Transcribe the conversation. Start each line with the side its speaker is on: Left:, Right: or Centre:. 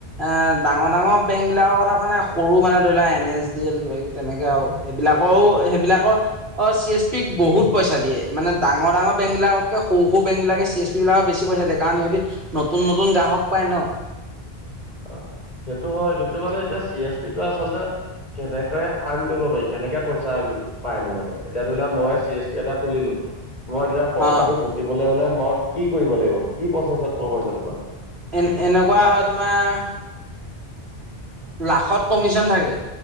Right: এ ডাঙৰ ডাঙৰ বেংক বিলাকৰ কথা মানে সৰু মানে ধৰি লোৱা এন এছ ডি এল কিবা কিবি তেনেকে আৰু এইবিলাক <unintelligible> আকৌ সেইবিলাকৰ অ চি এছ পিক বহুত পইচা দিয়ে মানে ডাঙৰ ডাঙৰ বেংক বিলাকতকে সৰু সৰু বেংকবিলাকে চি এছ পি বিলাকক বেছি পইচা দিয়ে কাৰণ সিহঁতি নতুন নতুন গ্ৰাহক পায় ন।
Left: অ সেইটো হয় কিন্তু মানে এতিয়া চি এছ পি টো আচলতে কেনেকে আৰ্ণ কৰিব পাৰি কেনেকে পইচা পায়নো এতে এতিয়া ধৰি লক মই চি এছ পি এটা খুলিলো মই এতিয়া পইচাটো
Right: অ
Left: ঘটিবলৈ হলে মই কি কৰিব লাগিব কি প্ৰচেছত মই পইচাটো পাম।
Right: এন এনেকুৱা হয় তোমাৰ লাখত কমিশ্যন থাকে